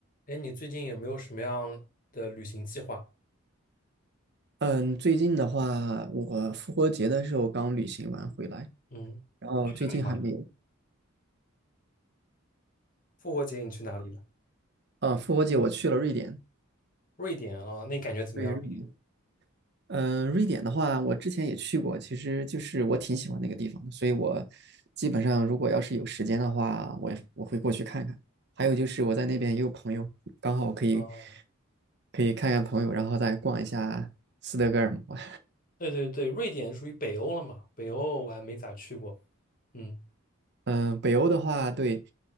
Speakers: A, on the left (about 40°); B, on the right (about 55°).
A: 哎，你最近有没有什么样的旅行计划？
B: 嗯，最近的话，我复活节的时候刚旅行完回来，
A: 嗯，
B: 然后最近还没有。
A: 你去哪里玩？复活节你去哪里了？
B: 嗯，复活节我去了瑞典，
A: 瑞典啊，那你感觉怎么样？
B: 对，瑞典。
A: 瑞典？
B: 嗯，瑞典的话，我之前也去过，其实就是我挺喜欢那个地方的，所以我基本上如果要是有时间的话，我我会过去看看。还有就是我在那边也有朋友，刚好可以
A: 哦，
B: 可以看看朋友，然后再逛一下斯德哥尔摩。
A: 对对对，瑞典属于北欧了嘛？北欧我还没咋去过。嗯
B: 嗯、呃北欧的话，对，